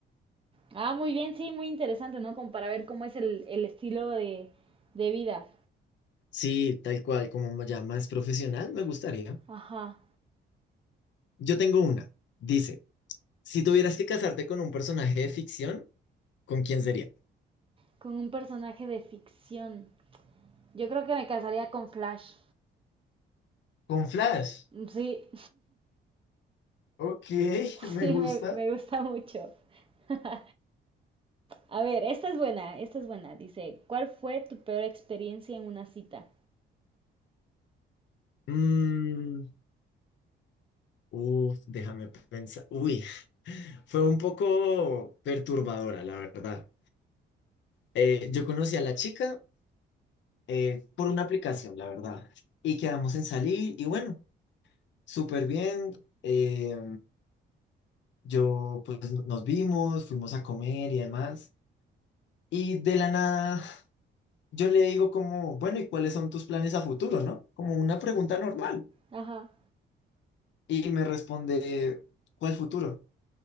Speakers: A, on the right (about 25°); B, on the left (about 65°).
A: Ah, muy bien, sí, muy interesante, ¿no? Como para ver cómo es el, el estilo de, de vida.
B: Sí, tal cual, como ya más profesional, me gustaría.
A: Ajá,
B: Yo tengo una. Dice, si tuvieras que casarte con un personaje de ficción, ¿con quién sería?
A: con un personaje de ficción. Yo creo que me casaría con Flash.
B: Con Flash.
A: Sí,
B: Ok, <laughs>
A: <laughs>
B: me
A: sí,
B: gusta.
A: me, me gusta mucho. <laughs> A ver, esta es buena, esta es buena. Dice, ¿cuál fue tu peor experiencia en una cita?
B: Mm, uf, déjame pensar. Uy, fue un poco perturbadora, la verdad. Eh, yo conocí a la chica eh, por una aplicación, la verdad. Y quedamos en salir y bueno, súper bien. eh, yo, pues nos vimos, fuimos a comer y demás. Y de la nada yo le digo como, bueno, ¿y cuáles son tus planes a futuro, no? Como una pregunta normal.
A: Ajá.
B: Y me responde, ¿cuál futuro?